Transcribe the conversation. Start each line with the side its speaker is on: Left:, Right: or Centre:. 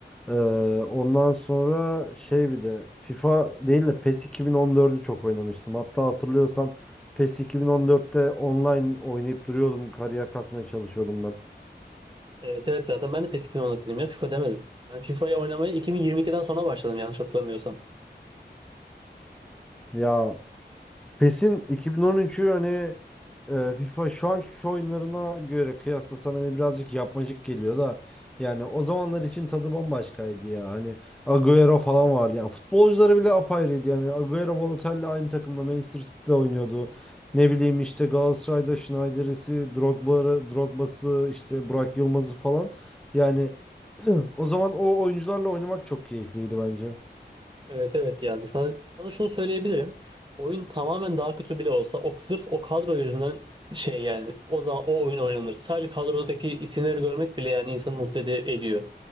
Centre: Ee, ondan sonra şey bir de FIFA değil de PES 2014'ü çok oynamıştım. Hatta hatırlıyorsan PES 2014'te online oynayıp duruyordum. Kariyer kasmaya çalışıyordum ben.
Right: Evet evet zaten ben de PES 2010 hakkındayım ya FIFA demedim. Ben FIFA'yı oynamaya 2022'den sonra başladım yanlış hatırlamıyorsam.
Centre: Ya PES'in 2013'ü hani e, FIFA şu anki FIFA oyunlarına göre kıyaslasan hani birazcık yapmacık geliyor da yani o zamanlar için tadı bambaşkaydı ya. Hani Agüero falan vardı. Yani futbolcuları bile apayrıydı. Yani Agüero Balotelli aynı takımda Manchester City'de oynuyordu. Ne bileyim işte Galatasaray'da Schneider'isi, Drogba'sı, Drogba'sı işte Burak Yılmaz'ı falan. Yani <clears throat> o zaman o oyuncularla oynamak çok keyifliydi bence.
Right: Evet evet yani sana, sana şunu söyleyebilirim. Oyun tamamen daha kötü bile olsa o sırf o kadro yüzünden şey yani o zaman o oyun oynanır. Sadece kadrodaki isimleri görmek bile yani insanı mutlu ed- ediyor.